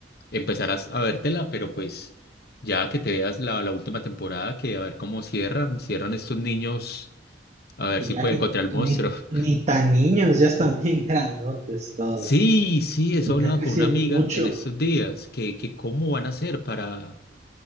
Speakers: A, on the left; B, on the right.
A: empezarás a vértela, pero pues ya que te veas la, la última temporada, que a ver cómo cierran, cierran estos niños, a ver
B: Y
A: si
B: ya
A: pueden
B: ni,
A: encontrar al monstruo.
B: ni,
A: <laughs>
B: ni tan niños, ya están bien <laughs> grandotes todos.
A: Sí, sí, eso
B: Ya
A: hablaba
B: crecieron
A: con una amiga
B: mucho.
A: en estos días, que, que cómo van a hacer para,